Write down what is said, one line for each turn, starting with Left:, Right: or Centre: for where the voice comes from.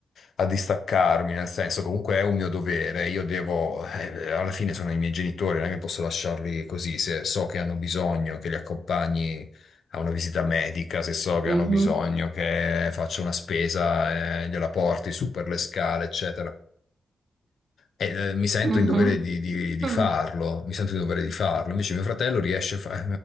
Left: a distaccarmi, nel senso comunque è un mio dovere, io devo, eh, alla fine sono i miei genitori, non è che posso lasciarli così, se so che hanno bisogno che li accompagni a una visita medica, se so che
Right: Mhm.
Left: hanno bisogno che faccia una spesa, eh, gliela porti su per le scale, eccetera. E, eh, mi sento
Right: Mhm.
Left: in dovere di, di- di
Right: Mm.
Left: farlo, mi sento in dovere di farlo. Invece mio fratello riesce a fare...